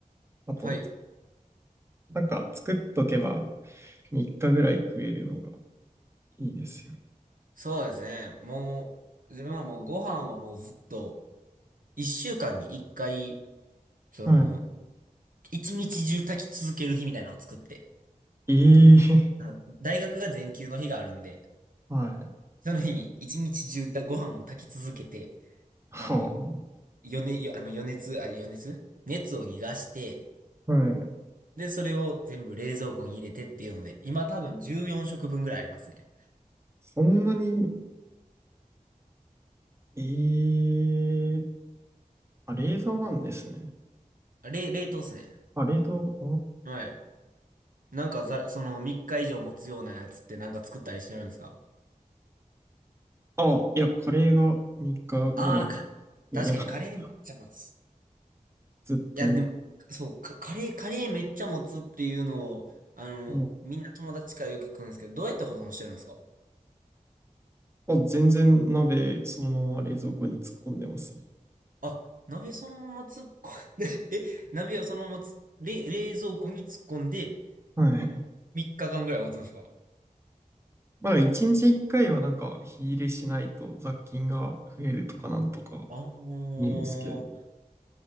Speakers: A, on the right; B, on the right.
A: あと、
B: ー、はい。
A: なんか作っとけば3日ぐらい食えるのがいいですよ。
B: そうですね。もう、自分はもうご飯はもうずっと、一週間に一回、その、
A: は
B: 一日中炊き続ける日みたいなのを作って、
A: い。ええ
B: あの大学が全休の日があるんで、
A: はい。
B: その日に一日中だご飯を炊き続けて、
A: は
B: あの、余熱、よあの余熱、あ、余熱熱を逃がして、
A: あ、はい。
B: で、それを全部冷蔵庫に入れてっていうので、今多分14食分ぐらいありますね。
A: そんなに、ええあ、冷蔵なんですね。
B: あれ、冷凍っすね。
A: あ、冷凍、
B: はい。なんかさ、その3日以上持つようなやつってなんか作ったりしてるんですか
A: ああ。あ、いや、カレーが3日ぐらい
B: ああー、か、
A: 食えるな。
B: 確かにカレーめっちゃ持つ。
A: <laughs> ずっと。
B: いや、でも、そう、カカレー、カレーめっちゃ持つっていうのを、あの、
A: うん
B: みんな友達からよく聞くんですけど、どうやって保存してるんですか
A: あ、全然鍋そのまま冷蔵庫に突っ込んでますね。
B: あ、鍋そのまま突っ込んで <laughs>、え、鍋をそのままつ、れ、冷蔵庫に突っ込んで、
A: はい。
B: 3日間ぐらい持つんですか
A: まあ、一日一回はなんか火入れしないと雑菌が増えるとかなんとか
B: ああー、
A: 言いますけど。